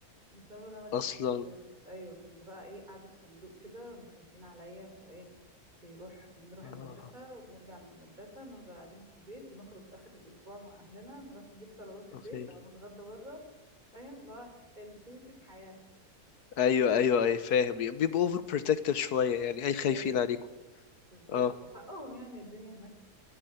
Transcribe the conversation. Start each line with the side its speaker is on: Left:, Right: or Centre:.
Right: بسبب ان انا كنت
Left: اصلا
Right: في الكويت ايوه كنت بقى ايه قاعده في صندوق كده مخايفين عليا فايه بيروح بنروح
Left: اه
Right: المدرسه وبنرجع من المدرسه نفضل قاعدين في البيت بنخرج اخر الاسبوع مع اهلنا نروح نجيب طلبات البيت
Left: اوكي
Right: او نتغدى بره فاهم اللي هو البيسك حياه
Left: ايوه ايوه اي فاهم بيبقوا اوفر بروتكتيف شويه يعني
Right: <laughs>
Left: اي خايفين
Right: ايوه
Left: عليكم
Right: بالظبط
Left: اه
Right: وحقهم يعني الدنيا هناك